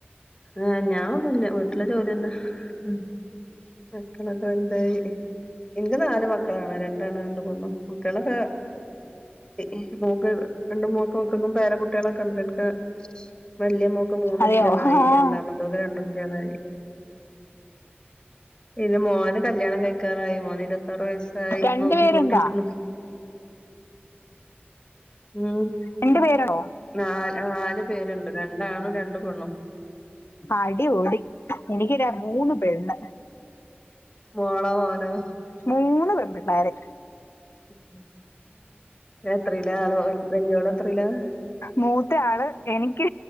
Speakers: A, on the left; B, on the left.
A: ആഹ് ഞാ ഒന്നുല്ല വീട്ടിലെ ജോലിതന്നെ ഉം മക്കളൊക്കെ വെൽതായി ഇൻക്ക് നാല് മക്കളാണ് രണ്ടാണ് രണ്ട് പെണ്ണും കുട്ട്യേളൊക്കെ ഇൻക്ക് മോക്ക് രണ്ട് മോക്കും മക്കൾക്കു പേര കുട്ട്യേളൊക്കെണ്ട് ഇൻക്കെ വല്യ മോക്ക് മൂന്നുട്ട്യാളായി
B: അതെയോ ആഹ്
A: രണ്ടാമത്തോക്ക് രണ്ടുട്ട്യാളായി പിന്നെ മോന് കല്യാണം കഴിക്കാറായി മോന് ഇരത്താറ് വയസ്സായി
B: രണ്ടു
A: നോക്കിക്കൊണ്ടിരിക്ക്ന്ന്
B: പേരുണ്ടാ
A: ഉം
B: രണ്ട് പേരാണോ
A: നാല് നാല് പേര്ണ്ട് രണ്ടാണും രണ്ട് പെണ്ണും
B: അടിപൊളി എനിക്ക് ര മൂന്ന് പെണ്ണ്
A: മോളോ മോനോ
B: മൂന്ന് പെമ്പിള്ളാര്
A: ഉം എത്രീലാ ആള് വൽ വല്ല്യാേളെത്രീലാ
B: മൂത്തയാള് എനിക്ക്